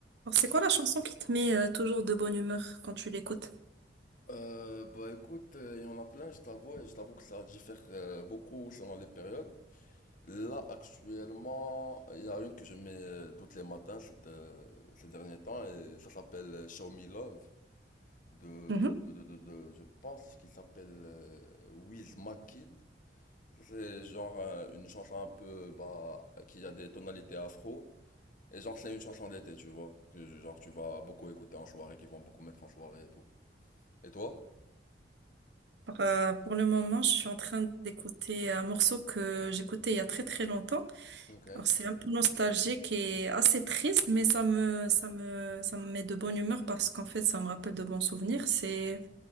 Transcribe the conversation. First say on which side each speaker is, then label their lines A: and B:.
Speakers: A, on the right (about 70°); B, on the left (about 45°).
A: Alors, c'est quoi la chanson qui te met euh, toujours de bonne humeur quand tu l'écoutes?
B: Euh, bah écoute, euh, il y en a plein, je t'avoue, et je t'avoue que ça diffère euh, beaucoup selon les périodes. Là, actuellement, il y a une que je mets euh, toutes les matins cette, euh, ces derniers temps et ça s'appelle euh, Show Me Love de,
A: Mhm.
B: de, de, de, de- je pense qu'il s'appelle euh, Wiz Kid. C'est genre euh, une chanson un peu, bah, qui a des tonalités afro. Et genre, c'est une chanson d'été, tu vois, que genre tu vas beaucoup écouter en soirée, qui vont beaucoup mettre en soirée et tout. Et toi?
A: Alors, euh, pour le moment, je suis en train d'écouter un morceau que j'écoutais il y a très très longtemps.
B: Ok.
A: Alors, c'est un peu nostalgique et assez triste, mais ça me, ça me, ça me met de bonne humeur parce qu'en fait, ça me rappelle de bons souvenirs. C'est